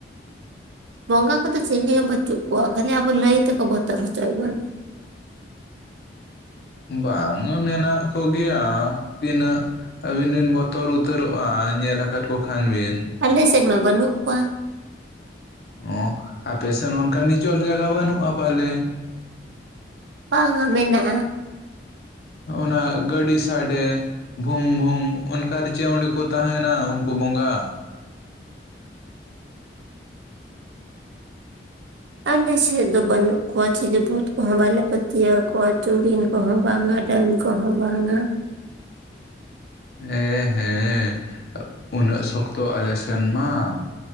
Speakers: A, on the right; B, on the left.
A: ᱵᱚᱸᱜᱟ ᱠᱚᱫᱚ ᱪᱮᱞᱮ ᱦᱚᱸ ᱵᱟᱹᱪᱩᱜ ᱠᱚᱣᱟ ᱠᱷᱟᱹᱞᱤ ᱟᱵᱚ ᱞᱟᱹᱭ ᱛᱮᱠᱚ ᱵᱚᱛᱚᱨ ᱦᱚᱪᱚᱭᱮᱜ ᱵᱚᱱᱟ᱾
B: ᱵᱟᱝᱟ ᱢᱮᱱᱟᱜ ᱠᱚᱜᱮᱭᱟ ᱛᱤᱱᱟᱹᱜ ᱟᱹᱵᱤᱱ ᱵᱤᱱ ᱵᱚᱛᱚᱨ ᱩᱛᱟᱹᱨᱚᱜ-ᱟ ᱧᱮᱞ ᱟᱠᱟᱫ ᱠᱚ ᱠᱷᱟᱱ ᱵᱤᱱ
A: ᱟᱞᱮᱥᱮᱫ ᱢᱟ ᱵᱟᱹᱱᱩᱜ ᱠᱚᱣᱟ,
B: ᱚ ᱟᱯᱮᱥᱱ ᱚᱱᱠᱟ ᱱᱤᱪᱚᱞ ᱡᱟᱭᱜᱟ ᱵᱟᱹᱱᱩᱜ-ᱟ ᱯᱟᱞᱮ
A: ᱵᱟᱝᱟ ᱢᱮᱱᱟᱜ-ᱟ
B: ᱚᱱᱟ ᱜᱟᱹᱰᱤ ᱥᱟᱰᱮ ᱵᱷᱩᱝᱵᱷᱩᱝ ᱚᱱᱠᱟᱛᱮ ᱪᱮ ᱚᱸᱰᱮ ᱠᱚ ᱛᱟᱦᱮᱱᱟ ᱩᱱᱠᱩ ᱵᱚᱸᱜᱟ
A: ᱟᱞᱮᱥᱮᱫ ᱫᱚ ᱵᱟᱹᱱᱩᱜ ᱠᱚᱣᱟ ᱪᱤᱞᱤ ᱵᱷᱩᱛ ᱠᱚᱦᱚᱸ ᱵᱟᱞᱮ ᱯᱟᱹᱛᱭᱟᱹᱣ ᱠᱚᱣᱟ ᱪᱩᱲᱤᱱ ᱠᱚᱦᱚᱸ ᱵᱟᱝᱟ ᱰᱟᱹᱱ ᱠᱚᱦᱚᱸ ᱵᱟᱝᱟ
B: ᱮᱸ ᱦᱮᱸ ᱩᱱᱟᱹᱜ ᱥᱚᱠᱛᱚ ᱟᱞᱮ ᱥᱮᱱ ᱢᱟ,